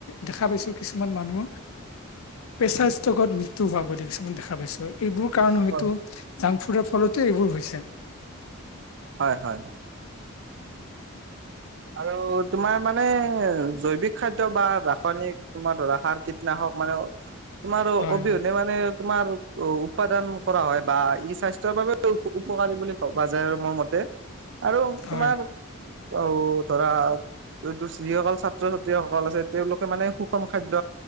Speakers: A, on the left (about 75°); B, on the right (about 55°).
A: দেখা পাইছোঁ কিছুমান মানুহ প্ৰেছাৰ ষ্টকত ম হোৱা বুলি কিছুমান দেখা পাইছো এইবোৰ কাৰণে হয়তো
B: হয়
A: জাংকুডৰ ফলতো এইবোৰ হৈ
B: হয় হয় আৰু তোমাৰ মানে জৈৱিক খাদ্য বা ৰাসায়নিক তোমাৰ ধৰা সাৰ কীটনাশক মানে তোমাৰ
A: হয়
B: অবিহনে
A: হয়
B: মানে তোমাৰ অ উপাদান কৰা হয় বা ই স্বাস্থ্যৰ বাবে উপকাৰী বুলি ভাবা যায় আৰু মোৰ মতে আৰু তোমাৰ
A: হয়
B: অ ধৰা যিসকল ছাত্ৰ ছাত্ৰীসকল আছে তেওঁলোকে মানে সুষম খাদ্য